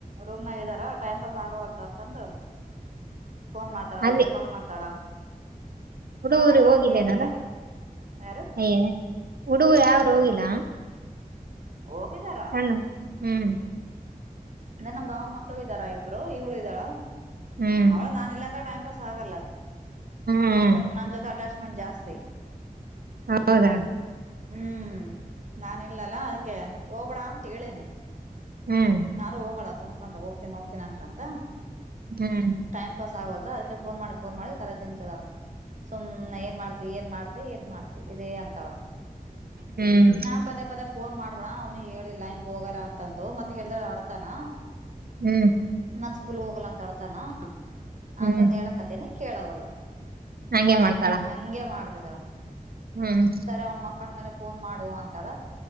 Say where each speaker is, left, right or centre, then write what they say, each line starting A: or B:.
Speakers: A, on the right (about 55°); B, on the right (about 90°).
A: ರೂಮ್ನಾಗ ಇದಾರ ಟೈಮ್ ಪಾಸ್ ಆಗವಲ್ತ ಅಂತಂದು. ಫೋನ್ ಮಾಡ್ತಾಳ
B: ಅಲ್ಲಿ
A: ವೀಡಿಯೋ ಕಾಲ್ ಮಾಡ್ತಾಳ.
B: ಹುಡುಗರು
A: ನಾವ್ ನನ್ ಮಗಗ್
B: ಹೋಗಿಲ್ಲೇನಾರ
A: ಹೇಳಿಲ್ಲ ಯಾರು
B: ಅಯ್ಯೇ ಹುಡುಗ ಯಾವ್ದೂ ಹೋಗಿಲ್ಲಾ.
A: ಹೋಗಿದಾರ.
B: ಸಣ್ಣ ಹ್ಮ್.
A: ಅಂದ್ರ ನಮ್ಮ ಭಾವನ ಮಕ್ಳು ಇದ್ದಾರಾ ಇಬ್ರು ಇವಳು ಇದ್ದಾಳ.
B: ಹ್ಮ್
A: ಅವಳ ನಾನ ಇಿಲ್ಲ ಅಂದ್ರೆ ಟೈಮ್ ಪಾಸ್ ಆಗಲ್ಲ
B: ಹ್ಮ್
A: ಸ್ವಲ್ಪ ನನ್ನ ಜೊತೆ ಅಟ್ಯಾಚ್ಮೆಂಟ್ ಜಾಸ್ತಿ
B: ಹೌದ
A: ಹ್ಮ್ ನಾನ ಇಲ್ಲಲ್ಲ ಅದಕ್ಕೆ ಹೋಗಬಡ ಅಂತ ಹೇಳನಿ
B: ಹ್ಮ್
A: ನಾ್ರೂ ಹೋಗೋಣ ಕ ಕುನ್ಕಾಂತ ಹೋಗ್ತೀಿ ಹೋಗ್ತೀನಿ ಅನ್ಕಂತ
B: ಹ್ಮ್
A: ಟೈಮ್ ಪಾಸ್ ಆಗಲ್ ಅದ್ಕ್ಕೆ ಫೋನ್ ಮಾಡಿ ಫೋನ್ ಮಾಡಿ ತಾ ತಿಂತದಳ ಸುಮ್ ಏನ್ ಮಾಡ್ತ ಏನ್ ಮಾಡ್ತಿ ಏನ್ ಮಾಡ್ತಿ ಇದೇ ಅಂತಳ
B: ಹ್ಮ್
A: ಹ ಪದೇ ಪದೇ ಫೋನ್ ಮಾಡ್ಬೇಣ ಅವ್ನಿಗೆ ಹೇಳಿಲ್ಲ ಹಿಂಗ್ ಹೋಗಾರ ಅಂತಂದು ಮತ್ತೆ ಹೇಳಿದ್ರ ಅಳ್ತಾನ
B: ಹ್ಮ್
A: ಮತ್ತ್ ಸ್ಕೂಲ್ ಹೋಗಲ್ಲ ಅಂತ ಅಳ್ತಾನ
B: ಹ್ಮ್
A: ಅಂತಂದ ಹೇಳಕತೇನಿ ಕೇಳವಲ್
B: ಹಂಗೆ ಮಾಡ್ತಾಳ
A: ಹಂಗೆ ಮಾಡ್ತಿದ
B: ಹ್ಮ್
A: ಸರಿ ಅವನ್ ಮಕ್ಕಂಡ ಮೇಲೆ ಫೋನ್ ಮಾಡುವ ಅಂತಳ